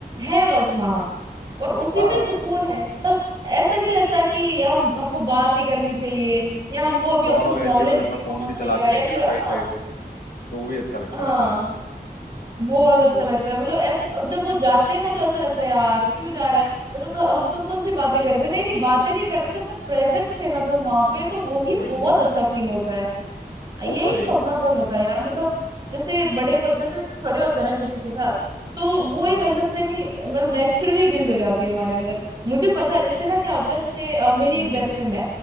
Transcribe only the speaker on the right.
है बस वहां और उसी
में सुकून है मतलब ऐसा नहीं लगता कि हम हमको बात ही करनी चाहिए या हमको अभी
अब कुछ
नॉलेज
ही दिखाना
पड़ेगा
या फिर
हाँ
हाँ
बहुत
अच्छा
लगता
है मतलब
ऐसा और जब वो जाते हैं ना तो ऐसा लगता है यार क्यों जा रहा है ये तो, तो हम तुम कौन सी बातें कर रहे थे नहीं नहीं बातें नहीं कर रहे थे पर प्रेजेंट थे ना तुम वहां पे तो वही
बहुत अच्छा फील होता है हाँ,
यही
तो
अपनापन
होता है यार मतलब जैसे बड़े पर जैसे जैसे बड़े होते हैं ना किसी के साथ तो वो
एक अंडरस्टैंडिंग मतलब नेचुरली बिल्ड हो जाती है हमारे अंदर मुझे पता है जैसे ना क्या होता है जैसे अ, मेरी
एक बेस्ट
फ्रेंड है